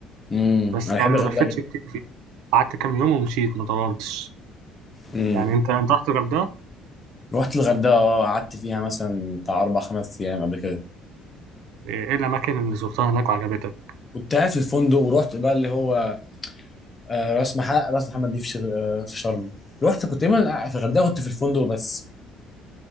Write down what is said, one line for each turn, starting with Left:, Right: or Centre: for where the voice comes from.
Left: امم
Right: بس
Left: انا بحب
Right: يعني
Left: الغردقه
Right: ما لفتش
Left: جدا
Right: كتير فيه قعدت كام يوم ومشيت ما طولتش
Left: امم
Right: يعني انت انت رحت الغردقة
Left: رحت الغردقه اه قعدت فيها مثلا بتاع اربع خمس ايام قبل كده
Right: ايه الأماكن اللي زرتها هناك وعجبتك؟
Left: كنت قاعد في الفندق ورحت بقى اللي هو آه، راس محمد راس محمد دي في شغ- آه، في شرم رحت كنت دايما في الغردقه كنت في الفندق بس